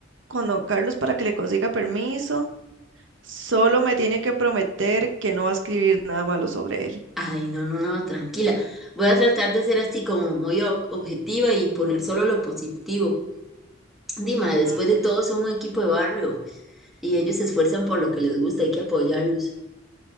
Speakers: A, on the right; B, in the centre.
A: con don Carlos para que le consiga permiso. Solo me tiene que prometer que no va a escribir nada malo sobre él.
B: Ay, no, no, no, tranquila. Voy a tratar de ser así como muy ob- objetiva y poner solo lo positivo. Dima, después
A: Mm,
B: de todo son un equipo de barrio y ellos se esfuerzan por lo que les gusta, hay que apoyarlos.